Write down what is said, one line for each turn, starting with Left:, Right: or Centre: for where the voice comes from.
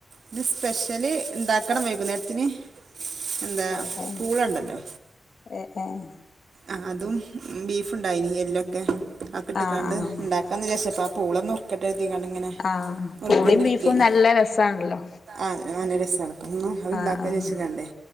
Right: ഇന്ന് സ്പെഷ്യല് ഇണ്ടാക്കണം വൈകുന്നേരത്തിന് എന്താ
Left: ഏഹ് ഏഹ്
Right: പൂളണ്ടല്ലോ
Left: ഏഹ് ഏഹ്
Right: ആഹ് അതും ബീഫ്ണ്ടായിനി എല്ലൊക്കെ അഒക്കെ ഇട്ട്ക്കാണ്ട്
Left: ആഹ് ആഹ്
Right: ഇണ്ടാ ക്കാന്ന് വിയാരിച്ചപ്പൊ ആ പൂള നുർക്കട്ടെര്തീങ്ങാണ്ട് ഇങ്ങനെ
Left: ആഹ്
Right: നുർക്കിയോണ്ടിരിക്കേന്
Left: പൂളീം ബീഫും നല്ല രസാണല്ലോ
Right: ആഹ് നല്ല രസാണ്. അപ്പന്നു അഹ്
Left: ആഹ്
Right: ഇണ്ടാക്കാ വിചാരിച്ച്ങ്ങാണ്ടേ